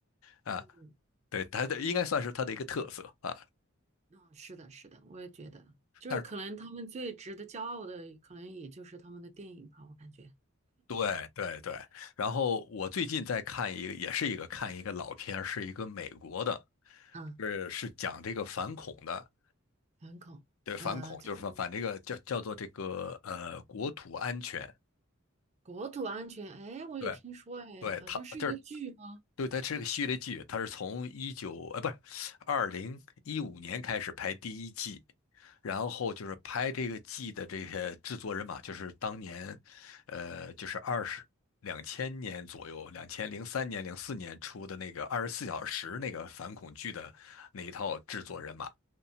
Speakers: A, on the left; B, on the right.
A: 啊，
B: 嗯，
A: 对，它的应该算是它的一个特色啊。
B: 啊，是的，是的，我也觉得，就是可能他们最值得骄傲的，
A: 但是
B: 可能也就是他们的电影吧，我感觉，
A: 对对对，然后我最近在看一个，也是一个看一个老片儿是一个美国的，
B: 嗯，
A: 是是讲这个反恐的，
B: 反恐，
A: 对，反恐就是反反这个叫叫做这个呃国土安全。
B: 呃，叫什么？国土安全？哎，我有听说，
A: 对
B: 哎，
A: 对，
B: 好像是一个剧吗？
A: 他就是对，它是个系列剧，它是从一九，哎，不是，二零一五年开始拍第一季，然后就是拍这个季的这些制作人马，就是当年，呃，就是二十两千年左右，两千零三年、零四年出的那个二十四小时那个反恐剧的那一套制作人马，